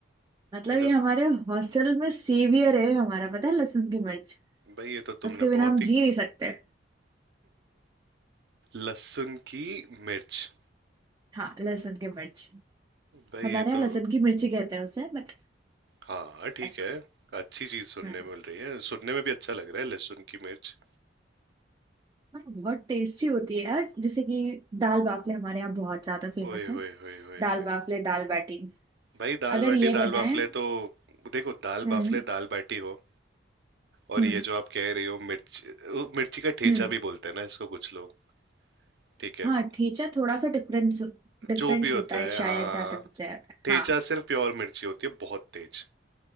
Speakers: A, on the right; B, on the right.
A: मतलब
B: भाई
A: ये
B: तो
A: हमारे हॉस्टल में सेवियर है हमारा पता है लहसुन की मिर्च
B: भाई ये तो तुमने
A: उसके बिना
B: बहुत
A: हम
B: ही
A: जी नहीं सकते
B: लहसुन की मिर्च
A: हाँ लहसुन की मिर्च
B: भाई
A: हमारे
B: ये
A: यहाँ
B: तो
A: लहसुन की मिर्ची कहते हैं उसे बट
B: हाँ ठीक
A: ऐसा
B: है अच्छी चीज सुनने
A: हम्म
B: मिल रही है सुनने में भी अच्छा लग रहा है लहसुन की मिर्च
A: और बहुत टेस्टी होती है यार जैसे कि दाल बाफले हमारे यहाँ बहुत ज्यादा फेमस
B: ओए
A: है
B: होए होए होए
A: दाल
B: होए
A: बाफले दाल बाटी
B: भाई दाल
A: अगर
B: बाटी
A: ये
B: दाल
A: बनाए
B: बाफले तो देखो दाल
A: हम्म
B: बाफले दाल बाटी हो और
A: हम्म
B: ये जो आप कह रहे हो मिर्च वो मिर्ची का ठेचा
A: हम्म
B: भी बोलते हैं ना इसको कुछ लोग ठीक है
A: हाँ ठेचा थोड़ा सा डिफरेंस डिफरेंट
B: जो भी होता
A: होता है
B: है
A: शायद
B: हाँ हाँ,
A: जहाँ
B: हाँ।
A: तक मुझे याद है
B: ठेचा
A: हाँ
B: सिर्फ प्योर मिर्ची होती है बहुत तेज